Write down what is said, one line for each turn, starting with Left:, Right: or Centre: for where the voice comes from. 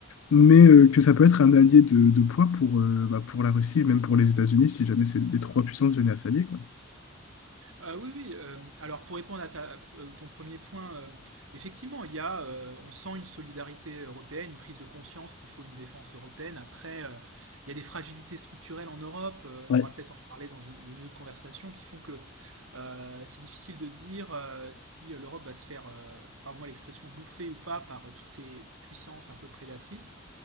Left: mais euh, que ça peut être un allié de, de poids pour, euh, bah, pour la Russie et même pour les États-Unis si jamais c'est- les trois puissances venaient à s'allier, quoi.
Right: Euh, oui, oui. euh, alors pour répondre à ta- euh, ton premier point, euh, effectivement, il y a, euh, on sent une solidarité européenne, une prise de conscience qu'il faut une défense européenne. Après, euh, il y a des fragilités structurelles en Europe. euh,
Left: Ouais.
Right: on pourra peut-être en reparler dans une, dans une autre conversation qui font que euh, c'est difficile de dire euh, si l'Europe va se faire, euh, pardon-moi l'expression, bouffer ou pas par euh, toutes ces puissances un peu prédatrices.